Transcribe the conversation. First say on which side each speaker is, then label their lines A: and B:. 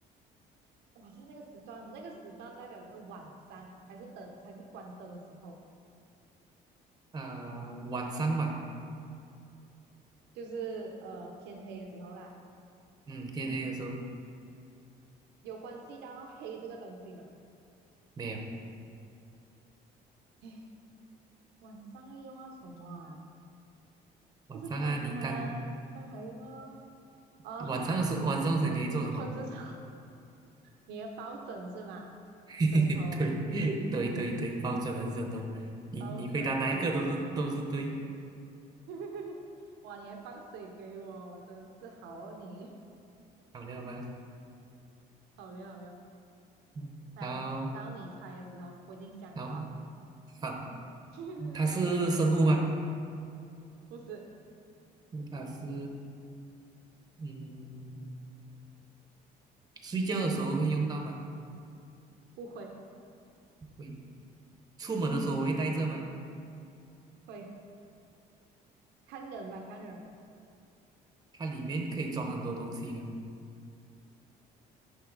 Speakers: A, on the right (about 80°); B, on the right (about 25°).
A: 哇，在那个时段，那个时段代表着晚上还是灯，才是关灯的时候，
B: 啊，晚上吧？
A: 就是呃天黑的时候啦。
B: 嗯，天黑的时候
A: 有关系到黑这个东西嘛？
B: 没有
A: 哎，晚上要用到什么啊？
B: 晚上啊，
A: 不是灯吗？
B: 你当
A: 这样还用啊？啊，
B: 晚上的时候，晚上的时候你会做什么？
A: <laughs> 我知道你的抱枕是吗？
B: <laughs>
A: 枕头、
B: 对对对对，包准了是的。你你回答哪一个都是都是对，
A: 抱枕，哎呀，<laughs> 哇，你还放水给我，真是好哦你，
B: 好了吧？
A: 好料好料。
B: 嗯好
A: 来，到你猜的时候，我已经想好了，
B: 好好。
A: <laughs>
B: 它是生物吗？
A: 不是，
B: 它是嗯，睡觉的时候会用到吗？
A: 不会，
B: 会，出门的时候我会带着吗？
A: 会看人吧，看人，
B: 它里面可以装很多东西吗？